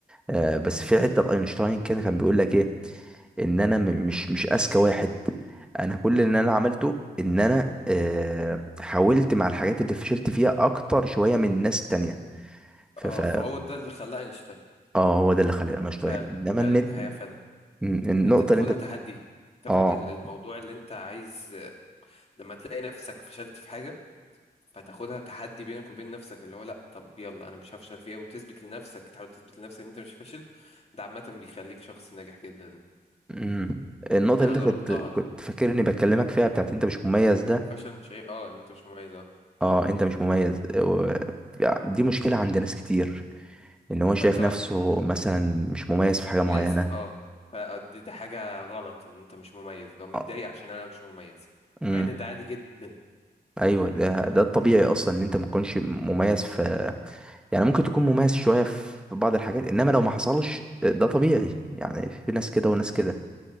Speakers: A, in the centre; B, on the left (about 40°).
A: آه، بس في حتة لاينشتاين كده كان بيقول لك ايه ان انا م- مش مش اذكى واحد انا كل
B: مم.
A: اللي انا عملته ان انا آه، حاولت مع الحاجات اللي فشلت فيها اكتر شويه من ناس تانية ف
B: اه
A: ف
B: فهو ده اللي خلاه أينشتاين
A: اه هو ده اللي خلاني انا اشتغل
B: فعلا
A: انما
B: فعلا
A: النت
B: دي حقيقة فعلا
A: م- النقطه
B: إن أنت تاخدها
A: اللي انت
B: تحدي تاخد
A: اه
B: ال- الموضوع اللي انت عايز لما تلاقي نفسك فشلت في حاجة فتاخدها تحدي بينك وبين نفسك اللي هو لا طب يلا انا مش هفشل فيها وتثبت لنفسك تحاول تثبت لنفسك ان انت مش فاشل ده عامة بيخليك شخص ناجح جدا
A: مم. النقطه
B: اللي
A: اللي
B: انا
A: انت
B: جربتها
A: كنت كنت فاكر اني بكلمك فيها بتاعت انت مش مميز ده
B: الفشل مش عيب اه ان انت مش مميز اه
A: اه انت مش مميز آه، و- دي مشكله عند ناس كتير ان هو شايف
B: فجأة
A: نفسه مثلا مش مميز في حاجه معينه
B: لازم اه فدي ده حاجة غلط ان انت مش مميز لو متضايق
A: آه.
B: عشان انا مش مميز
A: مم.
B: مع ان ده عادي جدا
A: ايوه ده ده الطبيعي اصلا ان انت ما تكونش مميز في يعني ممكن تكون مميز شويه في بعض الحاجات انما لو ما حصلش ده طبيعي يعني في ناس كده وناس
B: امم
A: كده